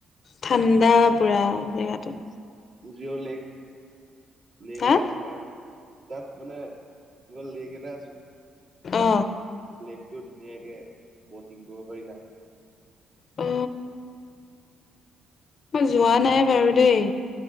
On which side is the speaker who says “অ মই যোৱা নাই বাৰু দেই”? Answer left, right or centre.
Left